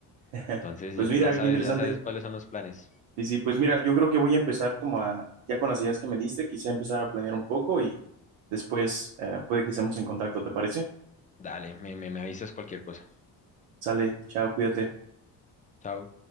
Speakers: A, on the right; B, on the left.
A: <laughs>
B: Entonces,
A: Pues
B: ya
A: mira,
B: ya sabes,
A: qué interesante.
B: ya sabes cuáles son los planes.
A: Sí, sí, pues mira, yo creo que voy a empezar como a, ya con las ideas que me diste, quizá empezar a planear un poco y después eh, puede que estemos en contacto, ¿te parece?
B: Dale, me, me, me avisas cualquier cosa.
A: Sale, chao, cuídate.
B: Chao.